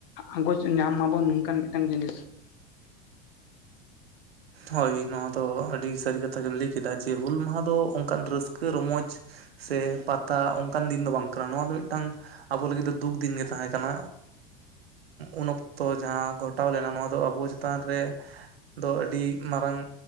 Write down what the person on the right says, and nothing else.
ᱦᱳᱭ ᱱᱚᱣᱟ ᱫᱚ ᱟᱹᱰᱤ ᱥᱟᱹᱨᱤ ᱠᱟᱛᱷᱟ ᱜᱮᱢ ᱞᱟᱹᱭ ᱠᱮᱫᱟ ᱡᱮ ᱦᱩᱞ ᱢᱟᱦᱟ ᱫᱚ ᱚᱱᱠᱟᱱ ᱨᱟᱹᱥᱠᱟᱹ ᱨᱚᱢᱚᱡᱽᱼᱼ ᱥᱮ ᱯᱟᱛᱟ ᱚᱱᱠᱟᱱ ᱫᱤᱱ ᱫᱚ ᱵᱟᱝ ᱠᱟᱱᱟ ᱱᱚᱣᱟ ᱫᱚ ᱢᱤᱫᱴᱟᱝᱼᱼ ᱟᱵᱚ ᱞᱟᱹᱜᱤᱫ ᱫᱚ ᱫᱩᱠ ᱫᱤᱱ ᱜᱮ ᱛᱟᱦᱮᱸ ᱠᱟᱱᱟ ᱩᱱ ᱚᱠᱛᱚ ᱡᱟᱦᱟᱸ ᱜᱷᱚᱴᱟᱣ ᱞᱮᱱᱟ ᱱᱚᱣᱟ ᱫᱚ ᱟᱵᱚ ᱪᱮᱛᱟᱱ ᱨᱮ ᱫᱚ ᱟᱹᱰᱤᱼᱼ ᱢᱟᱨᱟᱝᱼᱼ